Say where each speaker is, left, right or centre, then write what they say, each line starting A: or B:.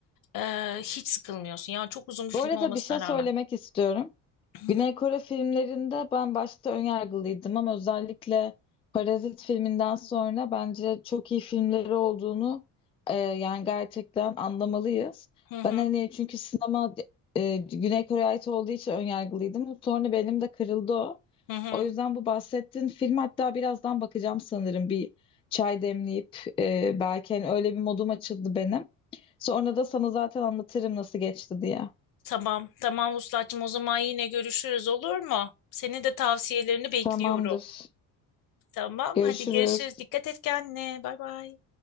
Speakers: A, on the left (about 65°); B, on the left (about 15°).
A: Ee, hiç sıkılmıyorsun. Yani çok uzun bir
B: Bu
A: film
B: arada
A: olmasına
B: bir şey söylemek
A: rağmen.
B: istiyorum.
A: <laughs>
B: Güney Kore filmlerinde ben başta önyargılıydım ama özellikle Parazit filminden sonra bence çok iyi filmleri olduğunu e, yani gerçekten anlamalıyız.
A: Hı hı,
B: Ben hani çünkü sinema e, Güney Kore'ye ait olduğu için önyargılıydım. Sonra benim de kırıldı o.
A: hı hı.
B: O yüzden
A: hı.
B: bu bahsettiğin film hatta birazdan bakacağım sanırım bir çay demleyip e, belki hani öyle bir modum açıldı benim. Sonra da sana zaten anlatırım nasıl geçti diye.
A: Tamam, tamam Vuslat'cığım o zaman yine görüşürüz olur mu? Senin de tavsiyelerini bekliyorum.
B: Tamamdır.
A: Tamam,
B: Görüşürüz.
A: hadi görüşürüz. Dikkat et kendine. Bay bay.